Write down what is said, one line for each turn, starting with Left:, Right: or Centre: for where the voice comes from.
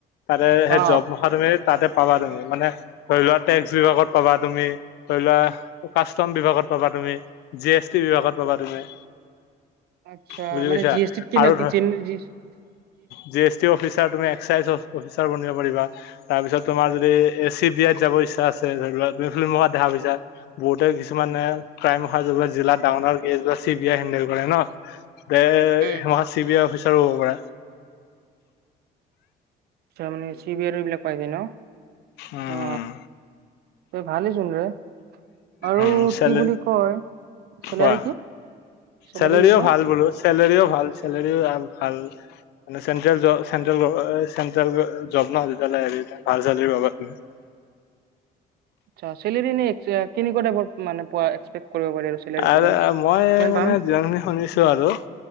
Left: তাতে সেই
Right: অ।
Left: জবমহা তুমি। তাতে পাবা তুমি মানে ধৰি লোৱা টেক্স বিভাগত পাবা তুমি, ধৰি লোৱা কাষ্টম বিভাগত পাবা তুমি, জি এছ টি বিভাগত পাবা তুমি।
Right: আচ্ছা
Left: বুজি
Right: মানে
Left: পাইছা
Right: জি এছ টিত
Left: আৰু ধৰ
Right: কীন <unintelligible>
Left: জি এছ টি অফিচাৰ তুমি এক্সাইজ অফিচাৰ বনিব পাৰিবা। তাৰ পিছত তোমাৰ এ চি বি আইত যাব ইচ্ছা আছে <unintelligible> দেখা পইছা। বহুতে কিছুমানে ক্ৰাইম অহা যোগত জিলাত ডাঙৰ ডাঙৰ কে বা। দে
Right: উম,
Left: সেমাহত চি বি আই অফিচাৰো হ'ব পাৰা।
Right: আচ্ছা মানে চি বি আইৰো এইবিলাক পাই গে ন।
Left: উম
Right: অ তই ভালেইচোন ৰে। আৰু
Left: উম চালে।
Right: কি বুলি কয় চেলাৰী
Left: কোৱা?
Right: কি চেলাৰী
Left: চেলেৰীও
Right: কৈছা?
Left: ভাল বোলো চেলেৰীও ভাল চেলেৰিও আল ভাল। মানে চেণ্ট্ৰেল য চেণ্ট্ৰেল জব ন। তিয়া ভাল চেলেৰী পাবা তুমি।
Right: আচ্চা চেলেৰী <unintelligible> কিনিকোৱা টাইপত মানে পোৱা কৰিব পাৰি চেলেৰিটো
Left: আৰু
Right: মানে
Left: মই
Right: কিমান
Left: মানে
Right: পাম?
Left: যিমানখিনি শুনিছো আৰু।